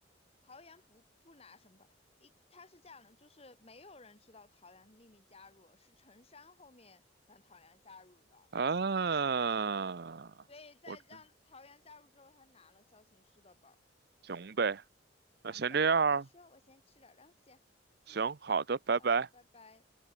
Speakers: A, on the left; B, on the right.
A: 陶阳不不拿什么本，一他是这样的，就是没有人知道陶阳秘密加入，是陈山后面让陶阳加入的。
B: 啊？
A: 所以在让桃园加入之后，
B: 我知
A: 他拿了萧琴师的包对，
B: 行呗，
A: 那我们等会儿再说，
B: 那先这样儿，
A: 我先吃点东西。嗯，
B: 行，好的，拜拜。
A: 好的，拜拜。